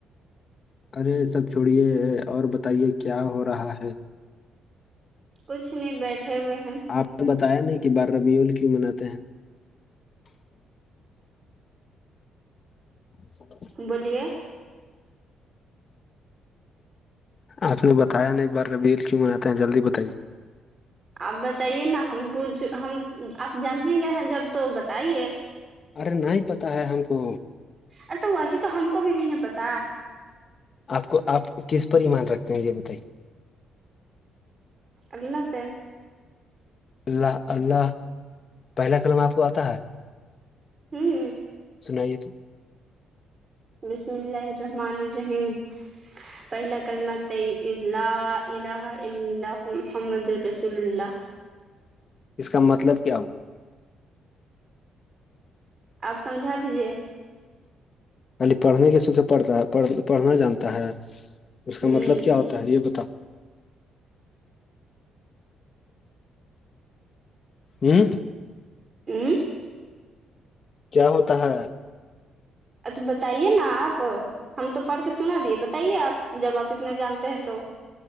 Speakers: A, on the left; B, on the right.
A: ارے سب چھڑیے اور بتائیے کیا ہو رہا ہے
B: کچھ نہیں بیٹھے ہوئے ہیں
A: میں نے بتایا نہیں کہ بار ربیول کیوں مناتے ہیں جی
B: بولیے
A: آپ نے بتایا نہیں بار ربیل کیوں میں آتا ہیں جلدی بتائیے
B: آپ بتائیے نا ہم پوچھ ہم آپ جانیں گ ہیں جب تو بتائیے
A: ارے نہیں پت ہے ہم کو
B: ار تو وہی تو ہم کو بھی نہیں ہے پتا
A: آپ کو آپ کس پر ایمان رکھتے ہیں یہ بتائیے
B: اللہ پہ
A: اللہ اللہ پہلا قلم آپ کو آتا ہے
B: ہوں
A: سنائیے تو
B: بسم اللہ الرحمن الرحیم پہلا کلمہ ابلا اللہ محمد رسول اللہ
A: اس کا مطلب کیا ہوا
B: آپ سمجھا دیجیے
A: خالی پڑھنے کے سوکھے پڑھتا ہےڑھ پڑھنا جانتا ہے اس کا
B: ہوں
A: مطلب کیا ہوتا ہے یہ بتاؤ ہاں
B: اوں
A: کیا ہوتا ہے
B: اچھا بتائیے نا آپ ہم تو پڑھ کے سنا دیے بتائیے آپ جب آپ اتنا جانتے ہیں تو